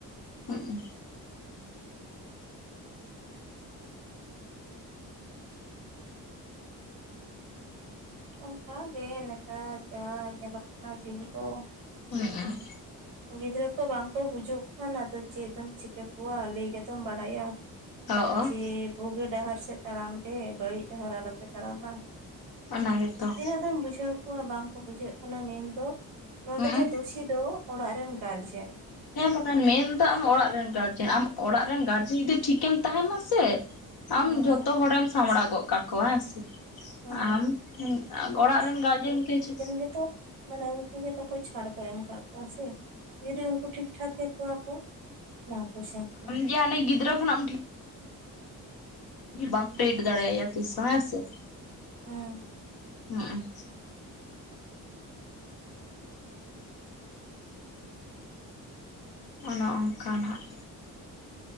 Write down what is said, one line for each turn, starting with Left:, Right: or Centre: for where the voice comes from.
Left: ᱦᱩᱸᱜᱩᱸ
Right: ᱚᱱᱠᱟ ᱜᱮ ᱱᱮᱛᱟᱨ ᱡᱟ ᱧᱮᱞᱚᱜ ᱠᱟᱱᱟ ᱫᱤᱱ ᱠᱚ
Left: ᱦᱩᱸᱜ ᱩᱸ
Right: ᱜᱤᱫᱽᱨᱟᱹ ᱠᱚ ᱵᱟᱝᱠᱚ ᱵᱩᱡᱷᱟᱹᱜ ᱠᱷᱟᱱ ᱟᱫᱚ ᱪᱮᱫ ᱮᱢ ᱪᱤᱠᱟᱹ ᱠᱚᱣᱟ ᱞᱟᱹᱭ ᱜᱮᱛᱚᱢ ᱵᱟᱲᱟᱭᱟ
Left: ᱟᱨ ᱚ
Right: ᱡᱮ ᱵᱩᱜᱤ ᱰᱟᱦᱟᱨ ᱥᱮᱫ ᱛᱟᱲᱟᱢ ᱯᱮ ᱵᱟᱹᱲᱤᱡ ᱰᱟᱦᱟᱨ ᱟᱞᱚᱯᱮ ᱛᱟᱲᱟᱢᱟ
Left: ᱚᱱᱟ ᱜᱮᱛᱚ
Right: ᱛᱤᱱᱟᱹᱜ ᱫᱷᱟᱢ ᱵᱩᱡᱷᱟᱹᱣ ᱠᱚᱣᱟ ᱵᱟᱝᱠᱚ ᱵᱩᱡᱷᱟᱹᱜ ᱠᱟᱱᱟ ᱢᱮᱱᱫᱚ ᱱᱚᱸᱰᱮ
Left: ᱦᱩᱸ
Right: ᱫᱚ ᱫᱩᱥᱤ ᱫᱚ ᱚᱲᱟᱜ ᱨᱮᱱ ᱜᱟᱨᱡᱮᱱ
Left: ᱦᱮᱸ ᱵᱟᱠᱷᱟᱱ ᱢᱮᱱᱫᱚ ᱟᱢ ᱚᱲᱟᱜ ᱨᱮᱱ ᱜᱟᱨᱡᱮᱱ ᱟᱢ ᱚᱲᱟᱜ ᱨᱮᱱ ᱜᱟᱨᱡᱮᱱ ᱡᱩᱫᱤ ᱴᱷᱤᱠᱮᱢ ᱛᱟᱦᱮᱱ ᱢᱟ ᱥᱮ ᱟᱢ
Right: ᱦᱮᱸ
Left: ᱡᱷᱚᱛᱚ ᱦᱚᱲᱮᱢ ᱥᱟᱢᱵᱲᱟ ᱜᱚᱜ ᱠᱟᱠᱚᱣᱟ ᱦᱮᱸ ᱥᱮ
Right: ᱦᱮᱸ
Left: ᱟᱢ ᱚᱲᱟᱜ ᱨᱮᱱ ᱜᱟᱨᱡᱮᱱ ᱠᱤᱪᱷᱩ
Right: ᱜᱮᱛᱚ ᱢᱟᱱᱮ ᱩᱱᱠᱩ ᱜᱮ ᱛᱟᱠᱚ ᱪᱷᱟᱲ ᱠᱚ ᱮᱢ ᱟᱠᱟᱜ ᱠᱚᱣᱟ ᱥᱮ ᱡᱩᱫᱤ ᱩᱱᱠᱩ ᱴᱷᱤᱠ ᱴᱷᱟᱠ ᱠᱮᱠᱚᱣᱟ ᱠᱚ ᱵᱟᱝ ᱠᱚ ᱥᱮᱱ ᱠᱚᱜᱼᱟ
Left: ᱤᱭᱟᱹ ᱦᱟᱱᱮ ᱜᱤᱫᱽᱨᱟᱹ ᱠᱷᱚᱱᱟᱢ ᱴᱷᱤ- ᱵᱟᱢ ᱯᱮᱴ ᱫᱟᱲᱮᱣᱟᱭᱟ ᱛᱤᱥᱦᱚᱸ ᱦᱮᱸ ᱥᱮ
Right: ᱦᱩᱸ
Left: ᱦᱩᱜ ᱩᱸ ᱚᱱᱮ ᱚᱱᱠᱟ ᱱᱟᱦᱟᱜ